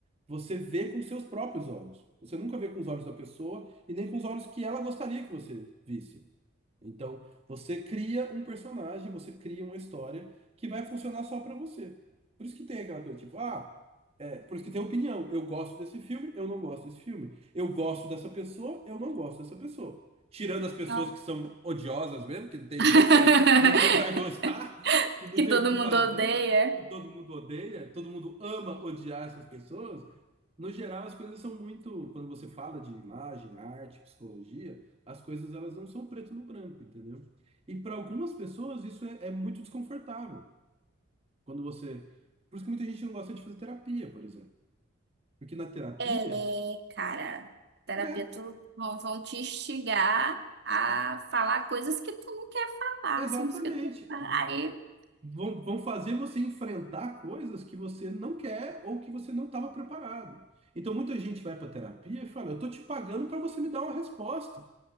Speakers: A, on the right (about 30°); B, on the right (about 50°).
A: você vê com seus próprios olhos. Você nunca vê com os olhos da pessoa e nem com os olhos que ela gostaria que você visse. Então, você cria um personagem, você cria uma história que vai funcionar só pra você. Por isso que tem aquela coisa tipo, ah, é, por isso que tem opinião. Eu gosto desse filme, eu não gosto desse filme. Eu gosto dessa pessoa, eu não gosto dessa pessoa. Tirando as pessoas
B: Não.
A: que são odiosas mesmo, que não tem
B: <laughs>
A: jeito, né? Ninguém vai gostar, e não
B: Que
A: tem
B: todo
A: o que
B: mundo
A: fazer,
B: odeia.
A: que todo mundo odeia, todo mundo ama odiar essas pessoas. No geral, as coisas são muito. Quando você fala de imagem, arte, psicologia, as coisas elas não são preto no branco, entendeu? E para algumas pessoas isso é, é muito desconfortável. Quando você. Por isso que muita gente não gosta de fazer terapia, por exemplo. Porque na terapia,
B: É, cara, terapia
A: é,
B: tu vão, vão te instigar a
A: a-
B: falar coisas que tu não quer falar,
A: exatamente.
B: assuntos que tu aí
A: V- Vão, vão fazer você enfrentar coisas que você não quer ou que você não estava preparado. Então muita gente vai para terapia e fala, eu tô te pagando para você me dar uma resposta.